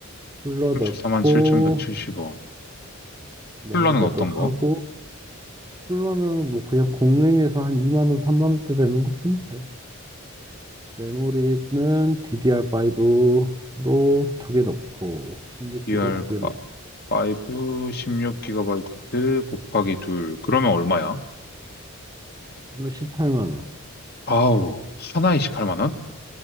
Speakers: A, on the right; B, on the left.
A: 쿨러
B: 만4
A: 넣고
B: 7 1 7 0원 쿨러는
A: 메인보드
B: 어떤
A: 하고
B: 거?
A: 쿨러는 뭐 그냥 공랭에서 한 2만 원, 3만 원대 되는 거 쓰면 돼. 메모리는 DDR5로 두 개 넣고 16기가
B: DR5,
A: 두 개 넣고
B: 16GB 곱하기 둘 그러면 얼마야?
A: 그러면 18만 원.
B: 아우, 하나에 십8만 원?